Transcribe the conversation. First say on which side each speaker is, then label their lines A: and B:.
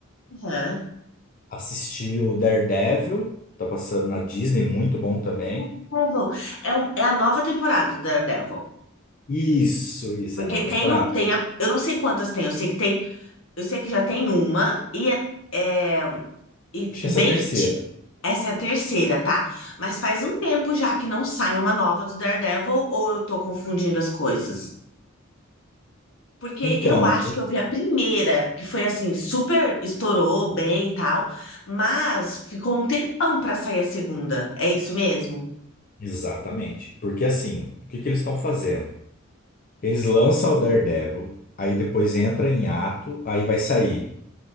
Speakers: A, on the left; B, on the left.
A: Aham.
B: Assisti o Daredevil, tá passando na Disney, muito bom também.
A: Daredevil. É, um- é a nova temporada do Daredevil.
B: Isso, isso,
A: Porque
B: é a nova
A: tem,
B: temporada.
A: um, tem a, eu não sei quantas tem, eu sei que tem Eu sei que já tem uma, e, é, é- e
B: Acho que
A: bem.
B: essa é a terceira.
A: anti- Essa é a terceira, tá? Mas faz um tempo já que não sai uma nova do Daredevil, ou eu tô confundindo as coisas? Porque
B: Então,
A: eu acho que eu vi a primeira, que foi assim, super estourou bem e tal, mas ficou um tempão pra sair a segunda. É isso mesmo?
B: exatamente. Porque assim, o que que eles estão fazendo? Eles lançam o Daredevil, aí depois entra em ato, aí vai sair